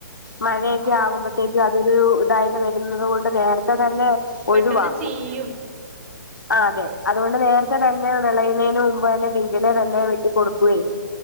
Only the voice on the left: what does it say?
മഴയൊക്കെ
ആകുമ്പോഴത്തേക്കും അതൊരു ഇതായിട്ട് വരുന്നത് കൊണ്ട് നേരത്തെ തന്നെ
ഒഴിവാക്കും
ആഹ് അതെ അതുകൊണ്ട് നേരത്തെ തന്നെ വിളയ്ന് മു - മ്പ് തന്നെ പിഞ്ചിലെ തന്നെ വെട്ടി കൊടുക്കുവേ